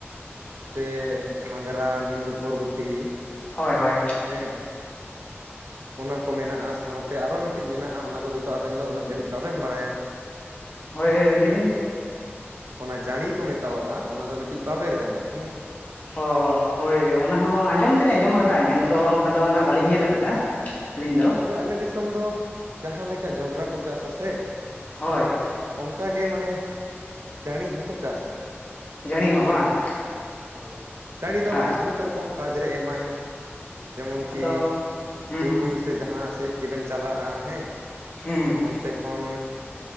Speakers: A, on the right; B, on the left.
A: ᱥᱮ ᱜᱷᱟᱸᱜᱽᱨᱟ ᱢᱮᱱᱫᱚ ᱵᱷᱩᱨᱵᱩᱴᱤ
B: ᱦᱳᱭ ᱦᱳᱭ
A: ᱦᱮᱸ ᱚᱱᱟ ᱠᱚ ᱢᱮᱱᱟᱜᱼᱟ ᱥᱟᱶᱛᱮ ᱟᱨᱚ ᱢᱤᱫᱴᱤᱡ ᱢᱮᱱᱟᱜᱼᱟ ᱚᱱᱟ ᱫᱚ ᱦᱳᱭᱛᱳ ᱟᱵᱮᱱ ᱫᱚ ᱩᱱᱟᱹᱜ ᱡᱟᱹᱱᱤᱡ ᱵᱟᱵᱮᱱ ᱵᱟᱲᱟᱭᱟ
B: ᱦᱳᱭ ᱞᱟᱹᱭᱵᱤᱱ
A: ᱚᱱᱟ ᱡᱟᱬᱤ ᱠᱚ ᱢᱮᱛᱟᱣᱟᱜᱼᱟ ᱚᱱᱟ ᱫᱚ ᱢᱤᱫᱴᱤᱡ ᱵᱟᱵᱮᱨ ᱠᱟᱱᱟ ᱦᱮᱸ
B: ᱦᱚ ᱦᱚᱭ ᱚᱱᱟ ᱦᱚᱸ ᱟᱸᱡᱚᱢ ᱛᱮᱞᱤᱧ ᱟᱸᱡᱚᱢ ᱠᱟᱫᱟ ᱧᱮᱞ ᱫᱚ ᱚᱱᱠᱟ ᱫᱚ ᱱᱟᱦᱟᱜ ᱵᱟᱞᱤᱧ ᱧᱮᱞ ᱠᱟᱫᱟ ᱟᱹᱞᱤᱧ ᱫᱚ
A: ᱛᱮ ᱟᱞᱮ ᱫᱤᱥᱚᱢ ᱫᱚ ᱡᱟᱦᱟᱸ ᱞᱮᱠᱟ ᱡᱚᱸᱰᱨᱟ ᱠᱚ ᱪᱟᱥᱟ ᱥᱮ
B: ᱦᱳᱭ
A: ᱚᱱᱠᱟᱜᱮ ᱢᱟᱱᱮ ᱡᱟᱹᱬᱤ ᱦᱚᱸᱠᱚ ᱪᱟᱥᱟ
B: ᱡᱟᱹᱬᱤ ᱦᱚᱸ ᱵᱟᱝ
A: ᱦᱳᱭ ᱡᱟᱬᱤ ᱫᱚ ᱢᱟᱱᱮ
B: ᱟᱪ
A: ᱵᱩᱦᱩᱛ ᱨᱚᱠᱚᱢ ᱠᱟᱡᱽ ᱨᱮ ᱮᱢᱟᱭ ᱡᱮᱢᱚᱱ ᱠᱤ
B: ᱟᱫᱚ ᱦᱩᱸ
A: ᱵᱩᱨᱩ
B: ᱦᱩᱸ
A: ᱥᱮ ᱡᱟᱦᱟᱸ ᱥᱮᱫ ᱜᱮᱵᱮᱱ ᱪᱟᱞᱟᱜᱼᱟ ᱦᱮᱸ
B: ᱦᱩᱸ
A: ᱚᱱᱛᱮ ᱠᱷᱚᱱ